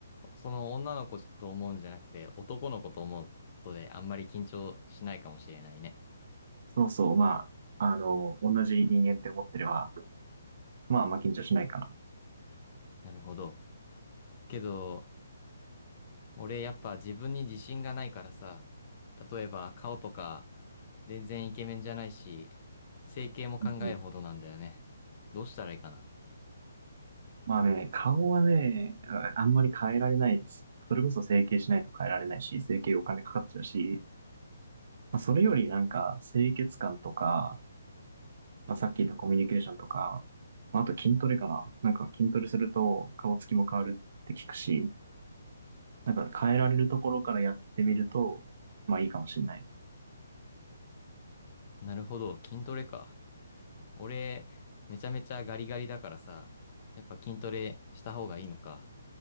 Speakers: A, on the left; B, on the right.
A: その女の子と思うんじゃなくて男の子と思うことであんまり緊張しないかもしれないね。
B: そうそう、まあ、あの、同じ人間って思ってれば、まああんま緊張しないかな。
A: なるほど。けど、俺やっぱ自分に自信がないからさ、例えば顔とか全然イケメンじゃないし、整形も考えるほどなんだよね。
B: うん
A: どうしたらいいかな。
B: まあね、顔はね、ああんまり変えられないです。それこそ整形しないと変えられないし、整形お金かかっちゃうし、まあ、それよりなんか、清潔感とか、まあ、さっき言ったコミュニケーションとか、まああと筋トレかな。なんか筋トレすると顔つきも変わるって聞くし、なんか変えられるところからやってみると、まあいいかもしれない。
A: なるほど、筋トレか。俺、めちゃめちゃガリガリだからさ、やっぱ筋トレした方がいいのか。